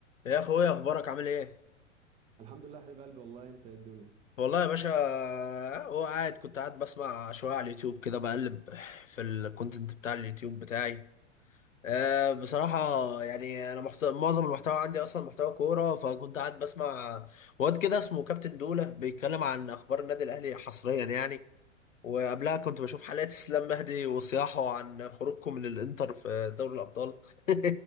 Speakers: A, on the left (about 85°); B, on the right (about 15°).
A: يا اخويا اخبارك عامل ايه
B: الحمد لله حبيب قلبي والله انت ايه الدنيا
A: والله يا باشا هو قاعد كنت قاعد بسمع شويه على اليوتيوب كده بقلب في الكونتنت بتاع اليوتيوب بتاعي أه بصراحه يعني انا محس- معظم المحتوى عندي اصلا محتوى كوره فكنت قاعد بسمع واد كده اسمه كابتن دوله بيتكلم عن اخبار النادي الاهلي حصريا يعني وقبلها كنت بشوف حلقات اسلام مهدي وصياحه عن خروجكم من الانتر في دوري الابطال <laughs>